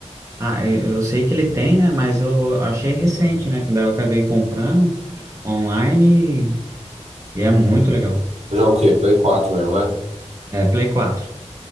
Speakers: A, on the right; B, on the right.
A: Ah, eu eu sei que ele tem, né? Mas eu achei recente, né? Que daí eu acabei comprando online e e é muito legal.
B: Já o quê? Play 4 mesmo, né?
A: É Play 4.